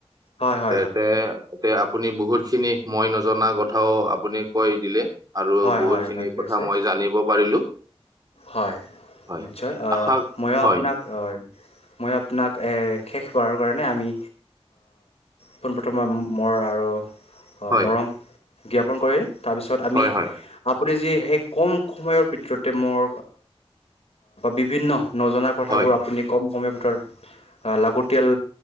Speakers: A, on the left; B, on the right.
A: হয়,
B: তেন্তে তে আপুনি বহুত খিনি মই নজনা কথাও আপুনি কৈ দিলে, আৰু
A: হয়, হয়,
B: বহুত
A: হয়,
B: খিনি
A: ঠিক
B: কথা
A: আছে
B: মই জানিব পাৰিলো।
A: হয়,
B: হয়
A: নিশ্চয়। আহ
B: আশা
A: মইও
B: হয়
A: আপোনাক হয়, মই আপোনাক শেষ বাৰৰ কাৰণে আমি পোনপ্ৰথমে মোৰ আৰু
B: হয়
A: মৰম জ্ঞাপন কৰি তাৰপিছত আমি
B: হয় হয়
A: আপুনি যি ক'ম সময়ৰ ভিতৰতে মোৰ বিভিন্ন নজনা কথাবোৰ
B: হয়
A: আপুনি ক'ম সময়ৰ ভিতৰত লাগতিয়াল